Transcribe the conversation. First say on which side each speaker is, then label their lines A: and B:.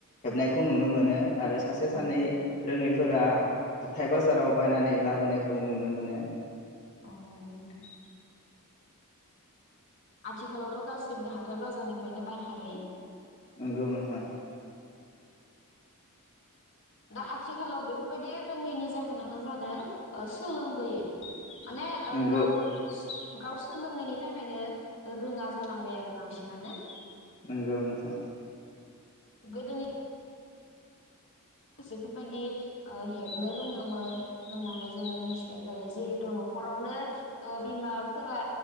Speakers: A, on the left (about 35°); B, on the left (about 60°).
A: हेबनायखौ नुनो मोनो। आरो सासे सानै
B: औ
A: रोङै फोरा हाथाय बाजाराव बायनानै लाबोनायखौ नुनो मोनो।
B: ओ नंगौ नोंथां आथिखालावथ' गासैबो हाथाय बाजारनिफ्रायनो बायहायो।
A: नंगौ नोंथां
B: दा आथिखालाव बेफोरबायदि रोङैनि जाहोनानो जादों ओ सोलोंबोयै माने ओ
A: नंगौ
B: गाव गाव सोलोङैनि थाखायनो रोङा जालांबाय आरो बांसिनानो
A: नंगौ नोंथां
B: गोदोनि मानसिफोरबायदि ओ हेबनो रोङोमोन होननानै जोङो मिथिनाय जायो जिहेथु न'खरावनो ओ बिमाफोरा